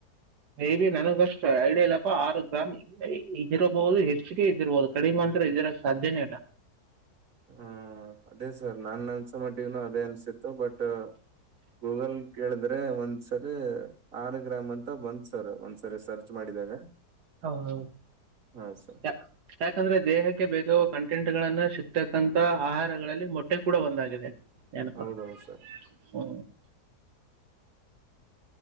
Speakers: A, on the right; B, on the right.
A: ಮೇಬಿ ನನಗಷ್ಟು ಐಡಿಯ ಇಲ್ಲಪ್ಪ ಆರು ಗ್ರಾಮ್ ಇರಬಹುದು ಹೆಚ್ಚಿಗೆ ಇದಿರಬಹುದು ಕಡಿಮೆ. ಇದರ ಸಾಧ್ಯನೇ ಇಲ್ಲ.
B: ಹ್ಮ್ ಅದೇ ಸರ್ ನನ್ ಅನ್ಸ ಮಟ್ಟಿಗನ ಅದೇ ಅನ್ಸಿತ್ತು ಬಟ್. ಗೂಗಲ್ ಕೇಳಿದ್ರೆ. ಆದೆ ಒಂದ್ಸರಿ ಆರು ಗ್ರಾಮ್ ಅಂತ ಬಂದ್ ಸರ್ ಒಂದ್ಸರಿ ಸರ್ಚ್ ಮಾಡಿದಾಗ.
A: ಹೌ ಹೌದು
B: ಹಾ ಸರ್
A: ಯ ಯಾಕಂದ್ರೆ ದೇಹಕ್ಕೆ ಬೇಕ ಕಂಟ ಟೆಂಟ್ ಗಳನ್ನ ಸಿಕ್ತಕ್ಕಂತಥ ಆಹಾರಗಳಲ್ಲಿ ಮೊಟ್ಟೆ ಕೂಡ ಒಂದಾಗಿದೆ. ಎನಪಾ
B: ಹೌದೌದು ಸರ್
A: ಹ್ಮ.